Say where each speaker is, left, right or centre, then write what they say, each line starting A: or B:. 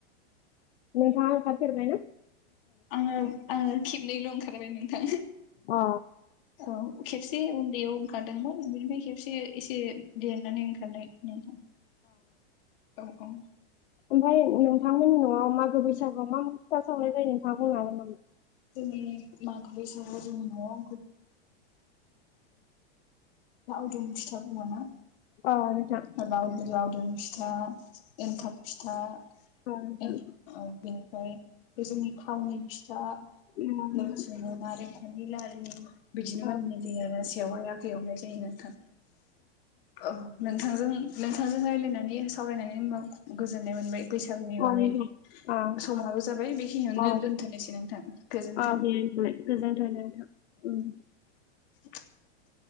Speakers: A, on the left (about 85°); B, on the left (about 55°).
A: नोंथाङा ओंखार फेरबायना?
B: आङो आङो खेबनैल' ओंखारबाय नोंथां।
A: अ
B: औ खेबसे उन्दैयाव ओंखारदोंमोन बेनिफ्राय एसे एसे देनानै ओंखारनाय नोंथां औ औ।
A: ओमफफ्राय नोंथांमोननि न'आव मागो बैसागुआव मा मा फिथा सावनाय जायो नोंथाङा बुंनो हागोन नामा?
B: जोंनि मागो बैसागोआव जोंनि न'आव <inaudible> जोंनि लावदुम फिथा बुङो ना?
A: अ नोंथां
B: लाव लावदुम फिथा एन्थाब फिथा।
A: अ नोंथां
B: एनथाब
A: अ
B: फिथा बेनिफ्राय जोंनि खावनि फिथा <unintelligible>
A: नोंथां
B: नारेंखलनि लारू बिदिनो
A: अ
B: माननाय जोङो सेवहाय आखाइ एवनाय जायो नोंथां। औ नोंथांजों नोंथांजों रायज्लायनाय मे सावरायनानै होनबा गोजोननाय मोनबाय बैसागुनि बागै
A: अ नोंथां
B: समाबो जाबाय बेखिनियावनो
A: अ
B: दोनथ'नोसै नोंथां। गोजोनथों
A: औ दे होनबालाय गोजोनथों नोंथां उम
B: <inaudible>